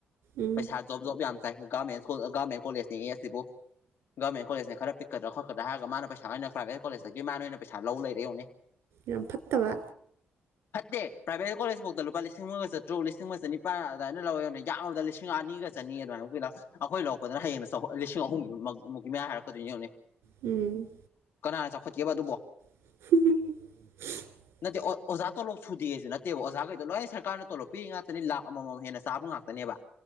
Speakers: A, on the right; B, on the left.
A: ꯎꯝ
B: ꯄꯩꯁꯥ ꯖꯣꯕ ꯖꯣꯕ ꯌꯥꯝ ꯆꯥꯏ ꯒꯃꯦꯟꯨꯜ ꯒꯃꯦꯟ ꯀꯣꯂꯦꯖꯅꯤꯉ ꯑꯁꯤꯕꯨ ꯒꯔꯃꯦꯟ ꯀꯣꯂꯦꯖꯅ ꯈꯔ ꯄꯛꯀꯗ꯭ꯔ ꯈꯣꯠꯀ꯭ꯔ ꯍꯥꯏꯔ ꯃꯥꯅꯩꯁꯥ ꯑꯣꯏꯅ ꯄ꯭ꯔꯥꯏꯚꯦꯠ ꯀꯣꯂꯦꯖꯇ ꯃꯥꯅ ꯑꯣꯏꯅ ꯄꯩꯁꯥ ꯂꯧ ꯂꯩꯔꯦꯡꯧꯅꯦ
A: ꯌꯥꯝ ꯐꯠꯇꯕ
B: ꯐꯠꯇꯦ ꯄ꯭ꯔꯥꯏꯚꯦꯠ ꯀꯣꯂꯦꯖ ꯐꯥꯎꯇ ꯂꯨꯄꯥ ꯂꯤꯁꯤꯡ ꯑꯃꯒ ꯆꯇ꯭ꯔꯨꯛ ꯂꯤꯁꯤꯡ ꯑꯃ ꯆꯅꯤꯄꯥꯥꯟ ꯑꯗꯨꯥꯏꯅ ꯂꯧꯧ ꯌꯥꯝꯃ ꯂꯤꯁꯤꯡ ꯑꯅꯤꯒ ꯆꯅꯤ ꯑꯗꯨꯃꯥꯏꯅ ꯀꯨ ꯑꯩꯈꯣꯏ ꯂꯧꯔꯛꯄꯗꯨꯅ ꯍꯌꯦꯡ ꯂꯤꯁꯤꯡ ꯑꯍꯨꯝꯒꯤ ꯃꯨꯛꯀꯤ ꯃꯌꯥ ꯍꯥꯏꯔꯛꯀꯗꯣꯏꯅꯤ ꯌꯦꯧꯅꯤ
A: ꯎꯝ
B: ꯀꯅꯥꯅ ꯆꯥꯎꯈꯠꯀꯦꯕ ꯑꯗꯨꯕꯣ
A: ꯎ
B: ꯍꯥꯏ ꯑꯣꯖꯥ ꯇꯣꯂꯣꯞ ꯁꯨꯗꯦꯁꯨ ꯅꯠꯇꯦꯕ ꯑꯣꯖꯥꯈꯩꯗ ꯂꯣꯏ ꯁꯔꯀꯥꯔꯅ ꯇꯣꯂꯣꯞ ꯄꯤꯔꯤ ꯉꯥꯛꯇꯅꯤ ꯂꯥꯛ ꯑꯃꯃꯝ ꯍꯦꯟꯅ ꯆꯥꯕ ꯉꯥꯛꯇꯅꯦꯕ